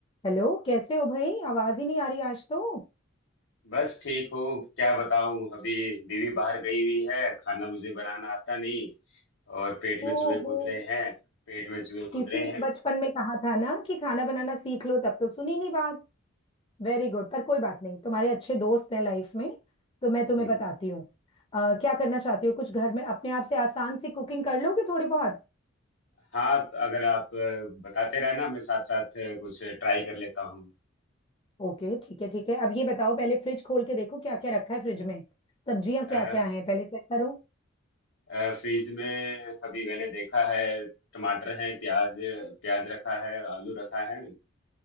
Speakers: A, on the left; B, on the left.
A: Hello कैसे हो भाई आवाज ही नहीं आ रही आज तो
B: बस ठीक हूँ क्या बताऊँ अभी बीवी बाहर गई हुई है खाना मुझे बनाना आता नहीं और पेट में
A: ओहो
B: चूहे कूद रहे हैं पेट में चूहे कूद
A: इसीलिए
B: रहे हैं
A: बचपन में कहा था ना कि खाना बनाना सीख लो तब तो सुनी नहीं बात वेरी गुड पर कोई बात नहीं तुम्हारे अच्छे दोस्त हैं लाइफ में तो मैं तुम्हें
B: हम्म,
A: बताती हूँ अ, क्या करना चाहती हो कुछ घर में अपने आप से आसान सी कुकिंग कर लोगे थोड़ी बहुत
B: हाँ तो अगर आप अ, बताते रहे ना मैं साथ साथ अ, कुछ ट्राई कर लेता हूँ
A: ओके ठीक है ठीक है अब ये बताओ पहले फ्रिज खोल के देखो क्या क्या रखा है फ्रिज में सब्जियां
B: अ,
A: क्या क्या हैं पहले चेक करो
B: अ, फ्रिज में अभी मैंने देखा है टमाटर है प्याज प्याज रखा है आलू रखा है